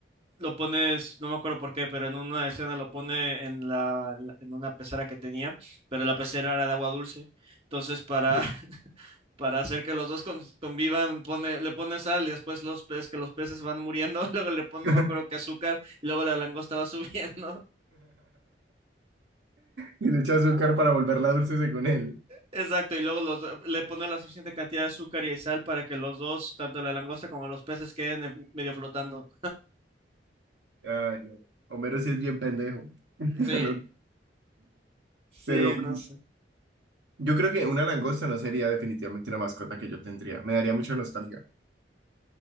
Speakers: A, on the right; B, on the right.
A: lo pones, no me acuerdo por qué, pero en una escena lo pone en la, la- en una pecera que tenía, pero la pecera era de agua dulce. Entonces, para,
B: Sí.
A: <laughs> para hacer que los dos con- convivan, pone, le pone sal y después los peces, que los peces van muriendo, <laughs> luego le pone,
B: <laughs>
A: no me acuerdo qué azúcar y luego la langosta va <laughs> subiendo.
B: Y le echa azúcar para volverla dulce según él.
A: Exacto, y luego los do- le ponen la suficiente cantidad de azúcar y sal para que los dos, tanto la langosta como los peces, queden en- medio flotando.
B: Ay, no. Homero sí es bien pendejo. <laughs>
A: Sí,
B: Lo-
A: sí,
B: Pero bueno,
A: no sé.
B: yo creo que una langosta no sería definitivamente una mascota que yo tendría. Me daría mucha nostalgia.